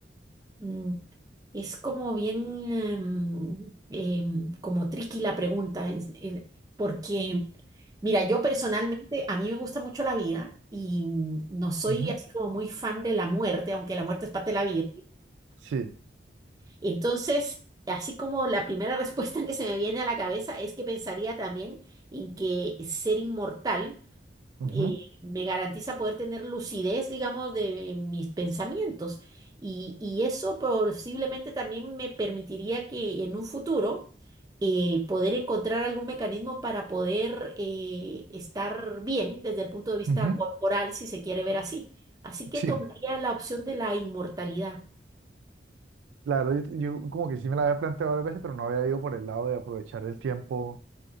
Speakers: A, on the right (about 20°); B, on the right (about 90°).
A: mm, Es como bien, em, em, como tricky la pregunta, es- eh, porque, mira, yo personalmente, a mí me gusta mucho la vida y mm, no soy
B: Ujú.
A: así como muy fan de la muerte, aunque la muerte es parte de la vida.
B: Sí.
A: Entonces, así como la primera <laughs> respuesta que se me viene a la cabeza es que pensaría también en que ser inmortal
B: Ujú.
A: eh, me garantiza poder tener lucidez, digamos, de mis pensamientos. Y, y eso posiblemente también me permitiría que en un futuro eh, poder encontrar algún mecanismo para poder eh, estar bien desde el punto de vista
B: Ujú.
A: corporal, si se quiere ver así. Así que
B: Sí.
A: tomaría la opción de la inmortalidad.
B: Claro, yo, yo como que sí me la había planteado varias veces, pero no había ido por el lado de aprovechar el tiempo